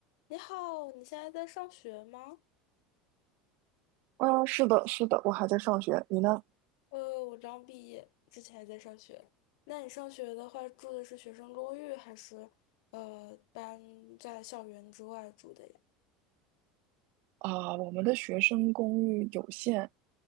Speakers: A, on the left; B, on the right.
A: 你好，你现在在上学吗？
B: 嗯，是的，是的，我还在上学，你呢？
A: 呃，我刚毕业，之前还在上学。那你上学的话，住的是学生公寓，还是呃搬在校园之外住的呀？
B: 啊，我们的学生公寓有限，